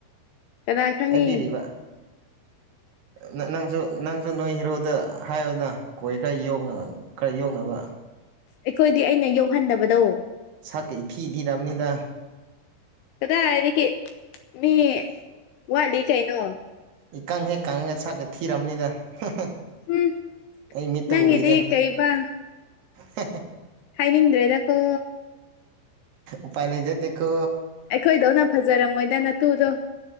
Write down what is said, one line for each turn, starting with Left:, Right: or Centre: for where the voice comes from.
Left: ꯀꯅꯥ ꯈꯪꯉꯤ
Right: ꯍꯥꯏꯕꯤꯔꯤꯕ ꯅ ꯅꯪꯁꯨ ꯅꯪ ꯑꯗꯨ ꯅꯣꯏ ꯍꯤꯔꯣꯗ ꯍꯥꯏꯌꯣꯅ ꯀꯣꯏ ꯈꯔ ꯌꯣꯛꯅ ꯈꯔ ꯌꯣꯛꯅꯕ
Left: ꯑꯩꯈꯣꯏꯗꯤ ꯑꯩꯅ ꯌꯣꯛꯍꯟꯗꯕꯗꯣ
Right: ꯁꯛꯀ ꯏꯊꯤ ꯗꯤꯔꯝꯅꯤꯗ
Left: ꯀꯗꯥꯏꯗꯒꯤ ꯃꯤ ꯋꯥꯠꯂꯤ ꯀꯩꯅꯣ
Right: ꯏꯀꯪ ꯍꯦꯛ ꯀꯪꯉꯒ ꯁꯛꯀ ꯊꯤꯔꯝꯅꯤꯗ ꯍꯥꯍꯥ
Left: ꯎꯝ
Right: ꯑꯩ ꯃꯤꯠꯇ
Left: ꯅꯪꯒꯤꯗꯤ
Right: ꯎꯨꯏꯗ
Left: ꯀꯩꯕ
Right: ꯍꯦꯍꯦ
Left: ꯍꯥꯏꯅꯤꯡꯗ꯭ꯔꯦꯗꯀꯣ
Right: ꯎꯄꯥꯥꯏ ꯂꯩꯖꯗꯦꯀꯣ
Left: ꯑꯩꯈꯣꯏꯗꯧꯅ ꯐꯖꯔꯝꯃꯣꯏꯗ ꯅꯇꯨꯗꯣ